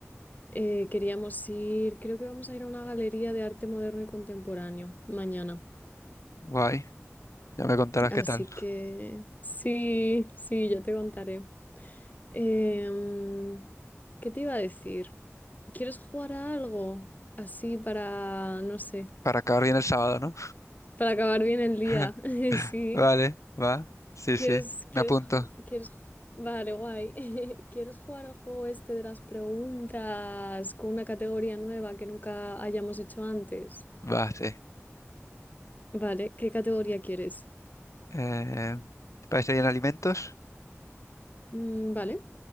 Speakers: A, on the left (about 35°); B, on the left (about 80°).
A: eh, queríamos ir, creo que vamos a ir a una galería de arte moderno y contemporáneo mañana.
B: Guay. Ya me contarás
A: Así
B: qué tal.
A: que, sí, sí, ya te contaré. Em, ¿qué te iba a decir? ¿Quieres jugar a algo? Así para, no sé.
B: Para acabar bien el sábado, ¿no?
A: Para acabar bien el día,
B: <laughs>
A: <laughs> sí.
B: Vale, va. Sí,
A: ¿Quieres,
B: sí.
A: quieres,
B: Me apunto.
A: quieres, vale, guay. <laughs> ¿Quieres jugar al juego este de las preguntas con una categoría nueva que nunca hayamos hecho antes?
B: Va, sí.
A: Vale, ¿qué categoría quieres?
B: Eh, ¿te parece bien alimentos?
A: Mm, vale,